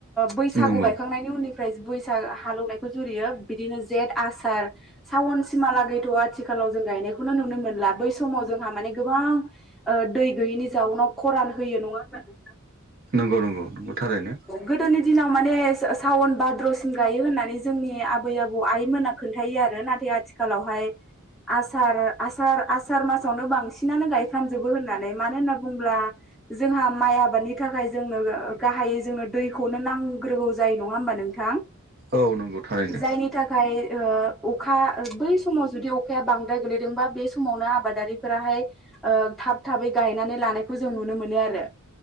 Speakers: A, in the centre; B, on the right.
A: बैसागु
B: नंगौ
A: बायखांनायनि उनि बैसाग हालेवनायखौ जुरियो बिदिनो जेथ आसार सावन सिमा लागैथ' आथिखाल जों गायनायखौनो नुनो मोनला बै समाव जोंहा माने गोबां दै गैयैनि जाउनाव खरान होयो नङा होनबा नोंथां??
B: नंगौ नंगौ नंगौ। थारैनो
A: गद'नि दिनाव माने सावन भाद्र'सिम गायो होननानै जोंनि आबै आबौ आइमोना खोन्थायो आरो नाथाय आथिखालावहाय आसार आसार आसार मासावनो बांसिनानो गायफ्रामजोबो होननानै मानो होनना बुङोब्ला जोंहा माइ आबादनि थाखाय जोंनो गाहायै जोंनो दैखौनो नांग्रौ जायो नङा होमबा नोंथां
B: औ नंगौ थारैनो
A: जायनि थाखाय अखा बै समाव जुदि अखाया बांद्राय गोलैदोंबा बे समावनो आबादारिफोराहाय थाब थाबै गायनानै लानायखौ जों नुनो मोनो आरो